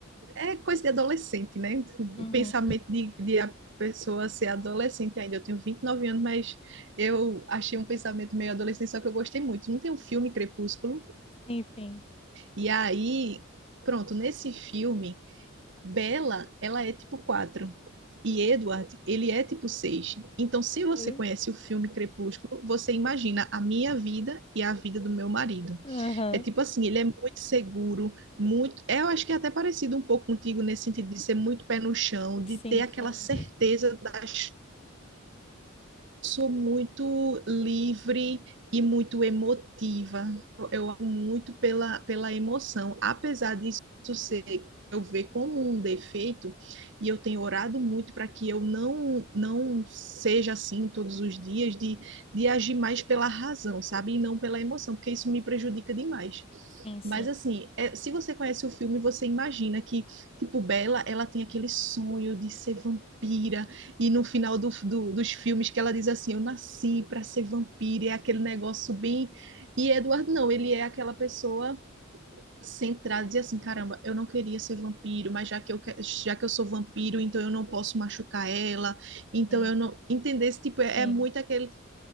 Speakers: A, on the right; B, on the left.
A: É coisa de adolescente, né?
B: Uhum.
A: Pensamento de, de a pessoa ser adolescente ainda. Eu tenho 29 anos, mas eu achei um pensamento meio adolescente, só que eu gostei muito. Não tem um filme Crepúsculo?
B: Sim, sim.
A: E aí, pronto, nesse filme, Bella, ela é tipo 4. E Edward, ele é tipo 6. Então, se você
B: Uhum.
A: conhece o filme Crepúsculo, você imagina a minha vida e a vida do meu marido.
B: Aham.
A: É tipo assim, ele é muito seguro, muito. é, Eu acho que é até parecido um pouco contigo nesse sentido de ser muito pé no chão,
B: Sim,
A: de ter aquela
B: sim.
A: certeza das sou muito livre e muito emotiva. Eu amo muito pela, pela emoção, apesar disso ser eu ver como um defeito, e eu tenho orado muito para que eu não não seja assim todos os dias, de, de agir mais pela razão, sabe? E não pela emoção, porque isso me prejudica demais.
B: Sim, sim,
A: Mas assim, é, se você conhece o filme, você imagina que, tipo, Bella, ela tem aquele sonho de ser vampira, e no final do, do- dos filmes que ela diz assim, eu nasci para ser vampiro, é aquele negócio bem. E Edward não, ele é aquela pessoa centrada, diz assim, caramba, eu não queria ser vampiro, mas já que eu que- já que eu sou vampiro, então eu não posso machucar ela, então
B: sim,
A: eu não entender esse tipo é,
B: sim.
A: é muito aquele